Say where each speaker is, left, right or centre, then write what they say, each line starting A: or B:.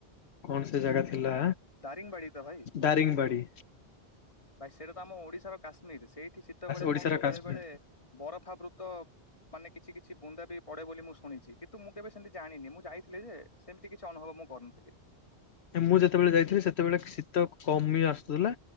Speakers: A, on the left; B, on the left.
A: କଣ ସେ ଜାଗା ଥିଲା
B: ଦାରିଙ୍ଗବାଡି ତ ଭାଇ
A: ଦାରିଙ୍ଗବାଡି
B: ଭାଇ ସେଟା ତ ଆମ ଓଡିଶାର କାଶ ମିର ସେଇଠି ଶୀତବେଳେ
A: ଓଡିଶାର
B: କଣ କି
A: କାଶ୍ମୀର
B: ବେଳେ ବଳେ ବରଫା ବୃତ ମାନେ କିଛି କିଛି ବୁନ୍ଦା ବି ପଡ଼େ ବୋଲି ମୁଁ ଶୁଣିଛି। କିନ୍ତୁ ମୁଁ କେବେ ସେମିତି ଜାଣିନି ମୁଁ ଯାଇଥିଲି ଯେ ସେମିତି କିଛି ଅନୁଭବ ମୁଁ କରୁନଥିଲି।
A: ମୁଁ ଯେତେବେଳେ ଯାଇଥିଲି ସେତେବେଳେ ଶୀତ କମି ଆସୁଥିଲା